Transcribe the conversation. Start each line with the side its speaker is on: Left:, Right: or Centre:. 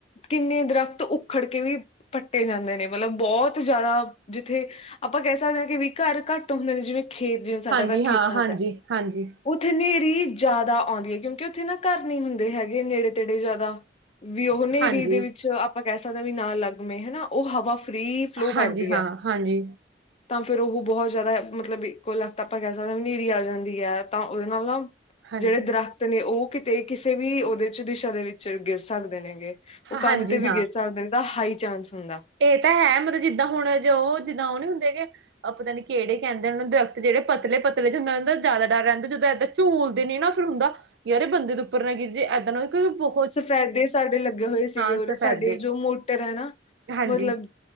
Left: ਕਿੰਨੇ ਦਰਖਤ ਉਖੜ ਕੇ ਵੀ ਪੱਟੇ ਜਾਂਦੇ ਨੇ। ਮਤਲਬ ਬਹੁਤ ਜ਼ਿਆਦਾ ਜਿੱਥੇ ਆਪਾਂ ਕਹਿ ਸਕਦੇ ਆ ਕਿ ਵੀ, ਘਰ ਘੱਟ ਹੁੰਦੇ ਨੇ ਜਿਵੇਂ ਖੇਤ, ਜਿਵੇਂ ਸਾਡਾ
Right: ਹਾਂਜੀ
Left: ਘਰ ਖੇਤਾਂ
Right: ਹਾਂ ਹਾਂਜੀ
Left: 'ਚ ਐ।
Right: ਹਾਂਜੀ
Left: ਉੱਥੇ ਨ੍ਹੇਰੀ ਜ਼ਾਦਾ ਆਉਂਦੀ ਆ। ਕਿਉਂਕਿ ਉੱਥੇ ਨਾ ਘਰ ਨਹੀਂ ਹੁੰਦੇ ਹੈਗੇ ਨੇੜੇ- ਤੇੜੇ ਜ਼ਾਦਾ। ਵੀ ਉਹ ਨ੍ਹੇਰੀ
Right: ਹਾਂਜੀ
Left: ਦੇ ਵਿੱਚ ਆਪਾਂ ਕਹਿ ਸਕਦੇ ਆ ਵੀ ਨਾ ਲੱਗਵੇ ਹਨਾ। ਉਹ ਹਵਾ ਫ੍ਰੀ ਫਲੋ
Right: ਹਾਂਜੀ
Left: ਕਰਦੀ
Right: ਹਾਂ
Left: ਏ
Right: ਹਾਂਜੀ
Left: ਤਾਂ ਫੇੇਰ ਓਹ ਬਹੁਤ ਜ਼ਿਆਦਾ ਮਤਲਬ ਕੋ ਇੱਕੋ ਤਲਕ ਆਪਾਂ ਕੈਹ ਸਕਦੇ ਹਾਂ ਵੀ ਹਨੇਰੀ ਆ ਜਾਂਦੀ ਹੈ ਤਾਂ ਓਹਦੇ ਨਾਲ ਨਾ
Right: ਹਾਂਜੀ
Left: ਜੇੜੇ ਦਰਖਤ ਨੇ ਓਹ ਕਿਤੇ ਕਿਸੇ ਵੀ ਓਦੇ ਚ ਦਿਸ਼ਾ ਦੇ ਵਿੱਚ ਗਿਰ ਸਕਦੇ ਨੇਗੇ ਉਹ
Right: ਹਾਂਜੀ
Left: ਕੰਦ ਤੇ ਵੀ ਗਿਰ ਸਕਦੇ ਨੇ ਤਾਂ ਹਾਈ ਚਾਂਸ ਹੁੰਦਾ
Right: ਏਹ ਤਾਂ ਹੈ ਮਤਲਬ ਜਿੱਦਾਂ ਹੁਣ ਜੋ ਜਿੱਦਾਂ ਓਹ ਨੀ ਹੁੰਦੇ ਹੈਗੇ ਆ ਪਤਾ ਨੀ ਕੇੜੇ ਕੈਂਦੇ ਓਨੂੰ ਦਰਖਤ ਜੇੜੇ ਪਤਲੇ ਪਤਲੇ ਜੇ ਹੁੰਦੇ ਓਦਾ ਜਾਦਾ ਡਰ ਰੈਂਦਾ ਜਦੋਂ ਇੱਦਾਂ ਝੂਲਦੇ ਨੇ ਨਾ ਫਿਰ ਹੁੰਦਾ ਯਾਰ ਏ ਬੰਦੇ ਦੇ ਉੱਪਰ ਨਾ ਗਿਰਜੇ ਏਦਾਂ ਨਾ ਹੋਏ ਕੋਈ ਬੋ
Left: ਸਫੈਦੇ ਸਾਡੇ ਲੱਗੇ ਹੋਏ ਸੀਗੇ ਉਰੇ
Right: ਸਫੈਦੇ
Left: ਸਾਡੇ ਜੋ ਮੋਟਰ ਹੈ ਨਾ,
Right: ਹਾਂਜੀ
Left: ਮਤਲਬ